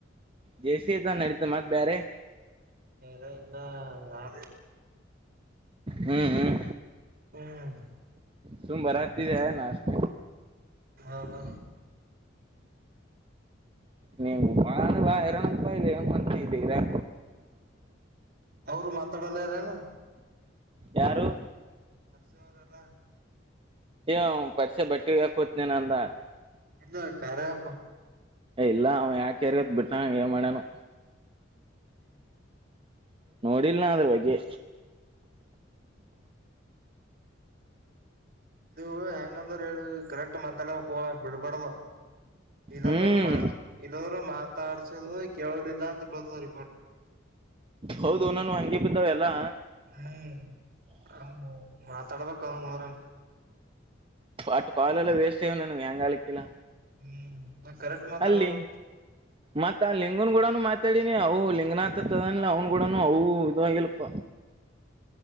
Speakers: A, on the right (about 30°); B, on the right (about 50°).
A: ಜೇಸ ಅದ ನಡೀತ ಮತ್ ಬೇರೆ
B: ಹೇರ ಇನ್ನ ಯಾರ
A: ಹ್ಮ್ ಹ್ಮ್
B: ಹ್ಮ್
A: ಸುಮ್ ಬರ ಹತ್ತಿದೆ ನಾಷ್ಟ
B: ಹಾ ಹಾ
A: ನೀವು ಬಾಳ ಬ ಇರನ ರಪಾಯ ಇಲ್ಲ ಹೆಂಗ ಮಾಡತ ಇದ್ದಗರಾ
B: ಅವರು ಮಾತಾಡಲ್ಲಾರನ
A: ಯಾರು
B: ಸರ್ಸೆ ಅವರೆಲ್ಲಾ
A: ಯ ಪರಿಷೆ ಬಟ್ಟಿ ಹತನ ನ ಅಂದ
B: ಇಲ್ಲ ಕಾರರೆಪ್ಪ
A: ಏ ಇಲ್ಲ ಅವ ಯಾಕ್ಯರಿಗತ್ ಬಿಟ್ಟ ಏನ್ ಮಾಡ್ಯನು
B: ಹ್ಮ್
A: ನೋಡಿಲ್ ನ ಅದ್ರ ಬಗ್ಗೆ
B: ಇದು ಹೆಂಗ ಅಂದ್ರ ಹೇಳ ಕರೆಕ್ಟ್ ಮತ್ ಬಿಡ್ಬಡ್ದ ಇಲ್ಲೋಗರು
A: ಹ್ಮ್
B: ಮಾ ಇಲ್ಲರು ಮಾತಾಡ್ಸಿದ ಕೇಳದಿಲ್ಲ ಅಂತ ಬತ ರಿಪೋಟ್
A: ಹೌದು ನಾನ ಹಂಗಗೆ ಬಿದ್ದಾವ ಎಲ್ಲಾ
B: ಹ್ಮ್ ಮಾತಾಡಬೇಕಕ್ಕ ನರ
A: ಅಟ್ಟು ಕಾಯಲುಲ್ಲ ವೇಸ್ಟ್ೇಿ ನಾನು ವ್ಯಂಗಾಲಕ್ಕೆ ಕೆಲ
B: ಹ್ಮ್ ಕರೆಕ್ಟ್ ಮಾತಾಡ್ಬೇಕು
A: ಅಲ್ಲಿ ಮತ್ತ ಆ ಲಿಂಗನ್ ಗೂಡನು ಮಾತಾಡಿನಿ ಅವು ಲಿಂಗನ ಆತದ ಅವ್ನ ಗೂಡನು ಅವು ಇದವಾಗಿಲ್ಪ
B: <unintelligible>